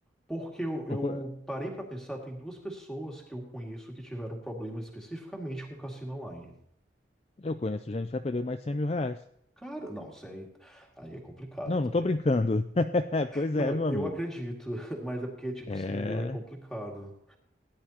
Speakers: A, in the centre; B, on the left.
A: Porque eu, eu
B: eu co-
A: parei pra pensar, tem duas pessoas que eu conheço que tiveram problema especificamente com cassino online.
B: eu conheço gente que já perdeu mais de 100 mil reais.
A: Cara, não, isso aí, aí é complicado
B: Não,
A: também.
B: não tô brincando. <laughs> Pois
A: Não,
B: é, meu amigo.
A: eu acredito, <laughs> mas é porque, tipo,
B: É
A: cem mil é complicado.